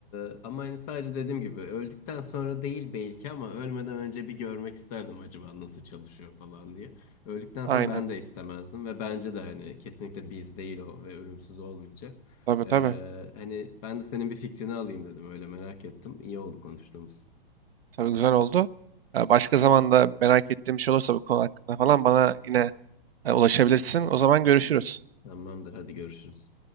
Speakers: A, on the left; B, on the right.
A: Ee, ama hani sadece dediğim gibi öldükten sonra değil belki ama ölmeden önce bir görmek isterdim acaba nasıl çalışıyor falan diye. Öldükten sonra
B: Aynen.
A: ben de istemezdim ve bence de hani kesinlikle biz değil o ve ölümsüz olmayacak.
B: Tabii
A: Ee,
B: tabii.
A: hani ben de senin bir fikrini alayım dedim öyle merak ettim. İyi oldu konuştuğumuz.
B: Tabii güzel oldu. Ee, Başka zaman da merak ettiğim bir şey olursa bu konu hakkında falan bana yine e, ulaşabilirsin. O zaman görüşürüz.
A: Tamamdır hadi görüşürüz.